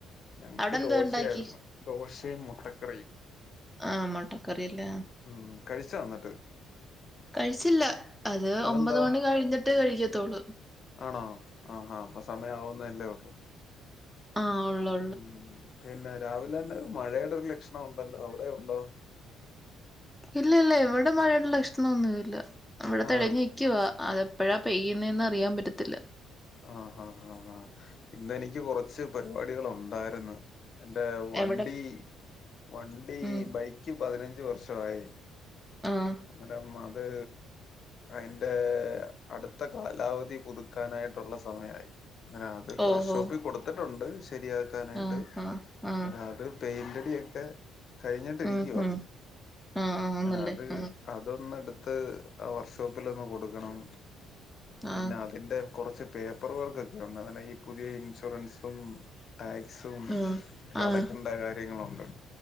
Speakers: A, on the left (about 50°); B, in the centre.
A: ഞങ്ങക്ക്
B: അവിടെ എന്താ
A: ദോശയായിര്ന്ന്.
B: ഉണ്ടാക്കി
A: ദോശയും മുട്ടക്കറിയും.
B: ആഹ് മട്ടൻ കറി അല്ല.
A: ഉം കഴിച്ചോ എന്നട്ട്?
B: കഴിച്ചില്ല അത്
A: അതെന്താ
B: ഒമ്പത് മണി കഴിഞ്ഞിട്ടെ കഴിക്കത്തൊള്ളൂ.
A: ആണോ ആഹാ അപ്പൊ സമയം ആവുന്നല്ലേ ഒള്ളൂ.
B: ആഹ് ഒള്ളൂ.
A: ഉം പിന്നെ രാവിലെന്നെ മഴയുടെ ഒരു ലക്ഷണം ഉണ്ടല്ലോ അവിടെ ഉണ്ടോ?
B: ഇല്ല ഇല്ല ഇവിടെ മഴയുടെ ലക്ഷണന്നുംല്ല ഇവിടെ
A: ആഹ്
B: തെളിഞ്ഞ്. ക്കുവാ അതെപ്പെഴാ പെയ്യുന്നെന്ന് അറിയാൻ പറ്റത്തില്ല.
A: ആഹ് ഹാ ഹാ ഇന്ന് എനിക്ക് കൊറച്ച് പരിപാടികൾ ഒണ്ടായിരുന്ന്. എന്റെ വണ്ടി
B: എവിടെ
A: വണ്ടി
B: ഉം
A: ബൈക്ക് പതിനഞ്ച് വർഷവായേ.
B: ആഹ്
A: അങ്ങനെമത്. അയ്ന്റെ അടുത്ത കാലാവധി പുതുക്കാനായിട്ടുള്ള സമയായി. ആ അത്
B: ഓഹോ
A: വർക്ഷോപ്പി കൊടുത്തിട്ടുണ്ട് ശരിയാക്കാനായിട്ട്.
B: ആഹ് ആഹ് ആഹ്
A: രാവിലെ പെയിന്റടിയൊക്കെ. കഴിഞ്ഞിട്ട് ഇരിക്കുവ,
B: ഉം ഉം ആഹ് ആന്നല്ലേ
A: അങ്ങനെ അത്.
B: ആഹ്
A: അതൊന്ന്ടുത്ത് ആ വർക്ഷോപ്പിലൊന്ന് കൊടുക്കണം പിന്നെ
B: ആഹ്
A: അതിന്റെ. കൊറച്ച് പേപ്പർ വർക്കൊക്കെ ഉണ്ട് അങ്ങനെ ഈ പുതിയ ഇൻഷുറൻസും. ടാക്സും
B: ആഹ്
A: ഒക്കടക്കേണ്ട
B: ആഹ്
A: കാര്യങ്ങളുണ്ട്.